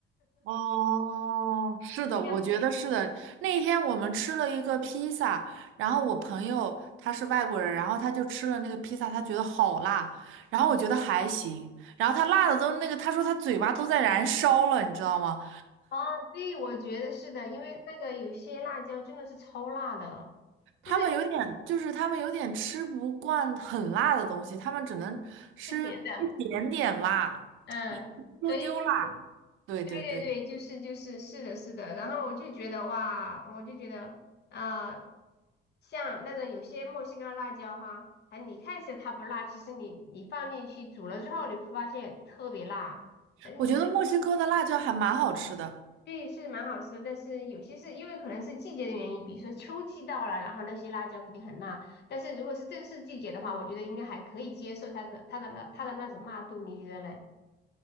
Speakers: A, on the right (about 80°); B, on the left (about 55°).
A: 哦，是的，
B: <laughs> 你看
A: 我觉得是的。那天我们吃了一个披萨，然后我朋友他是外国人，然后他就吃了那个披萨，他觉得好辣，然后我觉得还行，然后他辣的都那个，他说他嘴巴都在燃烧了，你知道吗？
B: 啊，对，我觉得是的，因为那个有些辣椒真的是超辣的，
A: 他们有点就是他们有点吃不惯很辣的东西，
B: 但是
A: 他们只能吃一点点辣，
B: 是甜的，嗯。
A: 一丢丢辣。
B: 所以就。
A: 对对对，
B: 对对对，就是就是是的，是的。然后我就觉得哇，我就觉得呃，像那种有些墨西哥辣椒哈，还你看起来它不辣，其实你你放进去煮了之后，你会发现特别辣，反正也是
A: 我觉得墨西哥的辣椒还蛮好吃的。
B: 对，是蛮好吃的但是有些是因为可能是季节的原因，比如说秋季到了，然后那些辣椒肯定很辣。但是如果是正式季节的话，我觉得应该还可以接受它的它的那它的那种辣度，你觉得嘞？